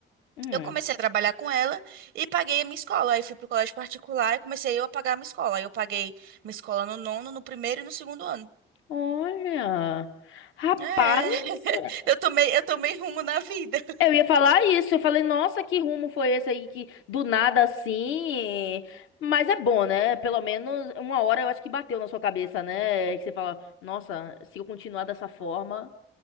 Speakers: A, on the left; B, on the right.
A: hum.
B: Eu comecei a trabalhar com ela e paguei a minha escola. Aí fui pro colégio particular e comecei eu a pagar a minha escola. Aí eu paguei minha escola no nono, no primeiro e no segundo ano.
A: Olha, rapaz,
B: É, <laughs> eu tomei, eu tomei rumo na vida.
A: Eu ia falar isso, eu falei, nossa, que rumo foi esse aí que do nada assim. Mas é bom, né? Pelo menos uma hora eu acho que bateu na sua cabeça, né? Que você fala, nossa, se eu continuar dessa forma,